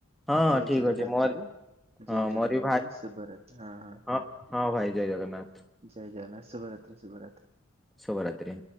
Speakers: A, in the centre; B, on the right.
A: ହଁ
B: ଜୟ
A: ହଁ ଠିକ
B: ଜଗନ୍ନାଥଭାଇ!
A: ଅଛି ମୋର ହଁ
B: ଜୟ ଜଗନ୍ନାଥ
A: ମୋର ବି
B: ଭାଇ! ସୁଭରତ, ହଁ-ହଁ
A: ହଁ
B: କହ
A: ହଁ, ଭାଇ ଜୟ ଜଗନ୍ନାଥ!
B: ଜୟ ଜଗନାଥ ଶୁଭ ରାତ୍ରି-ଶୁଭ ରାତ୍ରି!
A: ଶୁଭ ରାତ୍ରି!